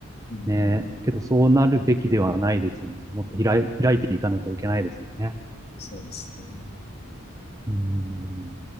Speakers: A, on the left (about 50°); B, on the right (about 15°).
A: うん、
B: ね、けどそうなるべきではないですよね。もっと開い、開いていかなきゃいけないですよね。
A: そうですね。
B: うーん。